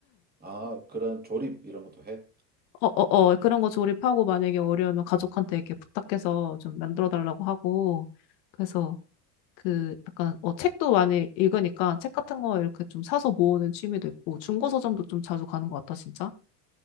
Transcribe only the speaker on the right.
아, 그런 조립 이런 것도 해?